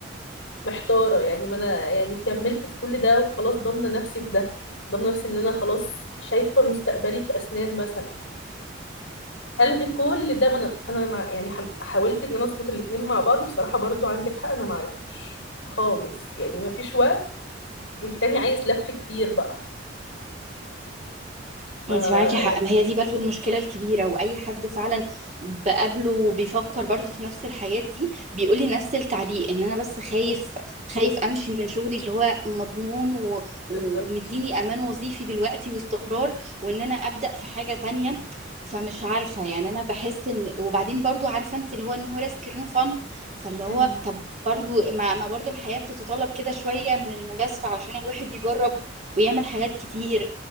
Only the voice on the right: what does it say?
انت معاكي حق
ما هي دي برضو المشكلة الكبيرة واي حد فعلا بقابله بيفكر برضو في نفس الحاجات دي بيقولي نفس التعليق ان انا بس خايف خايف امشي من شغلي اللي هو مضمون و... ومديني
امان وظيفي دلوقتي واستقرار وان انا ابدأ في حاجة تانية فمش عارفة يعني انا بحس ان وبعدين برضو عارفة انت اللي هو نو ريسك نو فن فاللي هو
طب برضو ما, ما برضو الحياة بتتطلب كده شوية من المجازفة عشان الواحد يجرب ويعمل حاجات كتير